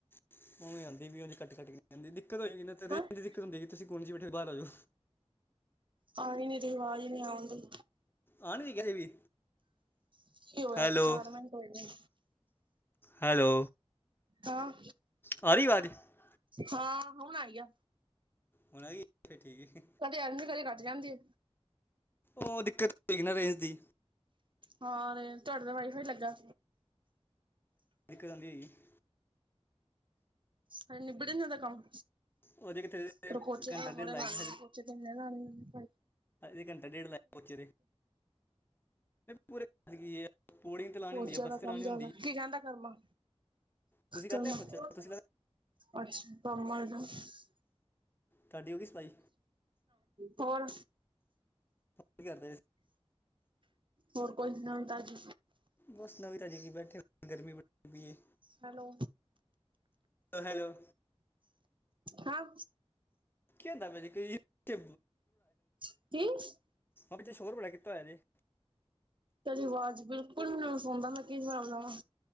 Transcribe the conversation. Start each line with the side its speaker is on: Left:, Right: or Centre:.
Left: ਉ ਆਉਂਦੀ ਵੀ ਉਹ ਕੱਟ, ਕੱਟਂ ਦਿੱਕਤ ਹੋਏਗੀ ਰੇਜ
Right: ਆ
Left: ਦੀ ਦਿੱਕਤ ਹੁੰਦੀਗੀ ਤੁਸੀਂ ਕੋਣੇ ਚ ਬੈਠੇ ਬਾਹਰ ਆ ਜਾਓ।
Right: ਆ ਨੀ ਰਹੀ ਆਵਾਜ਼ ਨਹੀਂ ਆਉਣਦੀ।
Left: ਆ ਨਿ ਰਹੀ ਹਜੇ ਵੀ
Right: ਕੀ ਹੋਇਆ
Left: ਹੈਲੋ।
Right: ਤਾਂ ਚਾਰ ਮਿੰਟ ਹੋਏ ਨੇ
Left: ਹੈਲੋ।
Right: ਹਾਂ,
Left: ਆ ਰਹੀ ਆਵਾਜ਼ ਹੁਣ
Right: ਹਾਂ ਹੁਣ ਆਈ ਆ।
Left: ਹੋਣਾ ਵੀ ਫਿਰ ਠੀਕ ਹੈ
Right: ਕਦੇ ਆਉਂਦੀ ਕਦੇ ਕੱਟ ਜਾਂਦੀ ਆ।
Left: ਉਹ ਦਿੱਕਤ ਹੋਏਗੀ ਨਾ ਰੇਂਜ ਦੀ।
Right: ਹਾਂ ਤੁਹਾਡੇ ਤੇ ਵਾਾਈ ਫਾਈ ਚਲਦਾ।
Left: ਕ ਜਾਂਉਦੀ ਹੈ ਜੀ <inaudible>
Right: ਹਾਂ ਨਿ ਬੜਨਦਾ ਕਮ
Left: ਉਹਦੇ ਕਿਥੇ
Right: ਪਰ ਪੋਚੇ
Left: ਘੰਟਾ
Right: ਤਾ ਹੁਣੇ
Left: ਡੇਢ ਲਾਏਗੀ
Right: ਲਾਣੇ ਨੇ ਪੋਚੇ ਤੇ ਹੁਣੇ ਲਾਣੇੇ ਪਰ
Left: ਇੱਕ ਘੰਟਾ ਡੇਢ ਲੱਖ ਹੋਚੀ। ਪੂਰੇਦਗੀ ਪੌੜੀ ਤੇਤੇ ਲਉਣੀ
Right: ਪੋਚਿਆਂ
Left: ਹੁੰਦੀ ਹੈ ਫਰਸੇ
Right: ਦਾ ਕੰਮ
Left: ਲਉੀੁੰਦੀ
Right: ਜ਼ਿਆਦਾ ਕੀ ਕਹਿੰਦਾ ਕਰਮਾ,
Left: ਤੁਸੀਂ ਕਰ
Right: ਕਰਮਾ
Left: ਲਿਆ ਪੋਚਾ ਤੁਸੀਂ ਲਾ
Right: ਅੱਛਾ <unintelligible>
Left: ਤੁਹਾਡੀ ਹੋ ਗਈ ਸਫਾਈ
Right: ਹੋਰ।
Left: ਕੀ ਕਰਦੇ।
Right: ਹੋਰ ਕੋਈ ਸੁਣਾ ਤਾਜ।
Left: ਬਸ ਨਵੀ ਤਾਜੀ ਕੀ ਬੈਠੇ ਹੋਏ ਗਰਮੀ ਬੜੀ ਹੋਈ ਦੀ ਏ।
Right: ਹੈਲੋ
Left: ਹੈ ਹੈਲੋ
Right: ਹਾਂ।
Left: ਕੀ ਹੁੰਦਾ ਪਿਆ ਜੇ ਕੋਈ <unintelligible> ਕਿ
Right: ਕੀ
Left: ਪਿੱਛੇ ਸ਼ੋਰ ਬੜਾ ਕੀਤਾ ਹੋਇਆ ਜੇ।
Right: ਤੇਰੀ ਆਵਾਜ਼ ਬਿਲਕੁਲ ਵੀ ਨਹੀਂ ਸੁਣਦਾ ਮੈਂ ਕੀ ਹਬ ਲਵਾਂ